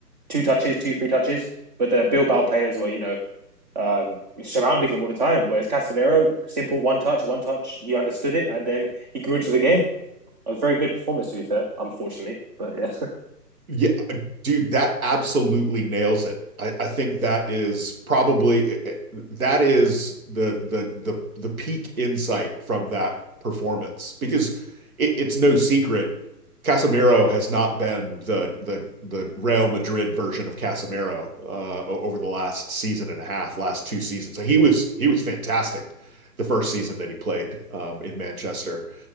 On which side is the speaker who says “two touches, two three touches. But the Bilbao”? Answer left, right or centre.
Right